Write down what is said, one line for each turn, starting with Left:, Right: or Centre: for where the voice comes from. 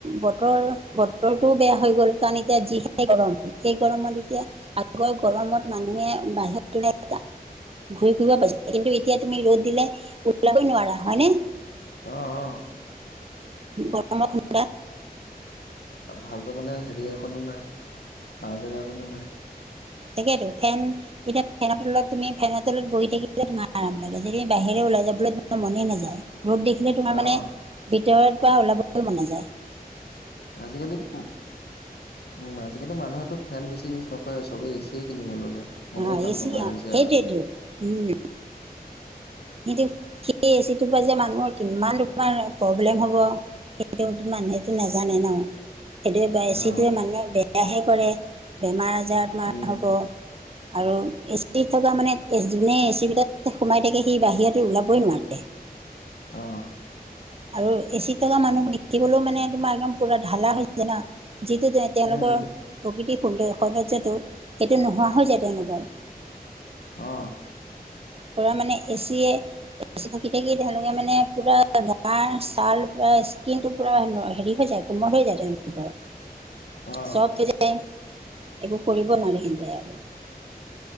Right: বতৰ বতৰটোও বেয়া হৈ গ'ল কাৰণ এতিয়া যিহে গৰম সেই গৰমত এতিয়া- আগৰ গৰমত মানুহে বাহিৰ- ঘূৰি ফুৰিব পাইছিলে কিন্তু এতিয়া তুমি ৰ'দ দিলে ওলাবই নোৱাৰা হয় নে?
Left: অ অ।
Right: গৰমৰ খুন্দা।
Left: ভালকৈ মানে হেৰি এখনো নাই, চাঁহ জেগা অকণো নাই।
Right: তাকেইতো ফেন- এতিয়া ফেনৰ তলত তুমি ফেনৰ তলত বহি থাকিলে তোমাৰ আৰাম লাগে যদি বাহিৰে ওলাই যাবলৈ তোমাৰ মনে নাযায়। ৰ'দ দেখিলি তোমাৰ মানে,
Left: অ
Right: ভিতৰ পৰা ওলাবলৈ মনে যায়।
Left: আজিকালিতো- উম আজিকালি মানুহেতটো ফেন বেছি ইউজ নকৰে চবেই এ চিয়ে কিনিব ল'লে। ফেনেও
Right: অ
Left: কাম
Right: এচিয়
Left: নকৰা হৈছে
Right: সেইটোৱে
Left: আৰু
Right: টো উম। কিন্তু, সেই এচিটোৰ পৰা যে মানুহৰ কিমান প্ৰব্লেম হ'ব। সেইটোৱে মানুহেতটো নাজানে ন, সেইটোৱে এচিটোৱে
Left: অ
Right: মানুহে বেয়া- সেয়াহে কৰে, বেমাৰ আজাৰত তোমাৰ
Left: উম
Right: হ'ব। আৰু এ চি থকা মানে যোনে এ চিবিলাক সোমাই থাকে- সি বাহিৰত ওলাবই নোৱাৰে।
Left: অ।
Right: আৰু এচি টকা মানুহ দেখিবলৈও মানে তোমাৰ একদম পুৰা ঢালা হৈছে না যিটো- তেওঁলোকৰ
Left: উম উম
Right: প্ৰকৃতি সৌন্দৰ সৌন্দৰ্যটো সেইটো নোহোৱা হৈ যায় তেওঁলোকৰ।
Left: অ।
Right: পুৰা মানে এচিয়ে এচি থাকি থাকি তেওঁলোকে মানে পুৰা- তাৰ ছাল পুৰা স্কিন টো পুৰা হেৰি হৈ যায় কোমল হৈ যায় তেওঁলোকৰ।
Left: অ অ
Right: চব তে যায়। একো কৰিব নোৱি সেন্তে আৰু।